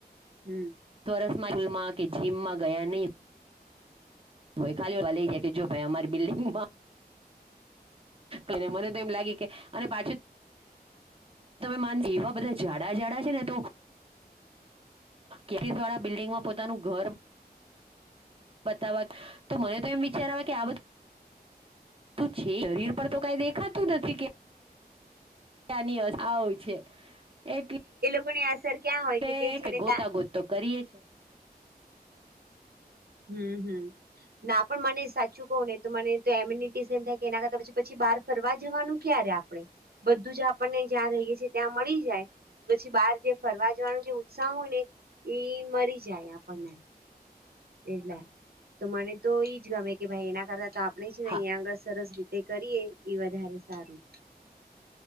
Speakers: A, on the right; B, on the right.
A: હમ્મ.
B: વરસમાં જોયું કે જીમમાં ગયા નહીં બાઈ ખાલી <unintelligible> લઈ જાય કે જો ભાઈ અમારી બિલ્ડિંગમાં કઈને મને તો એમ લાગે કે અને પાછું તમે માન જીવો એવા બધા જાડા જાાડા છે ને તો કેરીસવાળા બિલ્ડિંગમાં પોતાનું ઘર બતાવા તો મને તો એમ વિચારવા કે આ બધુ શું છે શરીર પર તો કઈ દેખાતું નથી કે તાનિયસ આવુ છે એટલે
A: કોઈની અસર ક્યાં હોય
B: તે
A: કે કે છે
B: કઇ
A: ને
B: ગોતા
A: ત્યાં
B: ગોત તો કરીએ છે.
A: હમ્મ હમ્મ ના પણ મને સાચું કહુ ને તો મને તો એમ્યુનિટી સેમ થાય કે એના કરતા પછી પછી બહાર ફરવા જવાનું ક્યારે આપણે? બધું જ આપણને જ્યાં રહીએ છીએ ત્યાં મળી જાય. પછી બહાર જે ફરવા જવાનો જે ઉત્સાહ હોય ને એ મરી જાય આપણને. એટલે તો મને તો ઈજ ગમે કે ભાઈ એના કરત તો આપણે છે ને
B: હા
A: અહીંયા આગળ સરસ રીતે કરીએ. એ વધારે સારું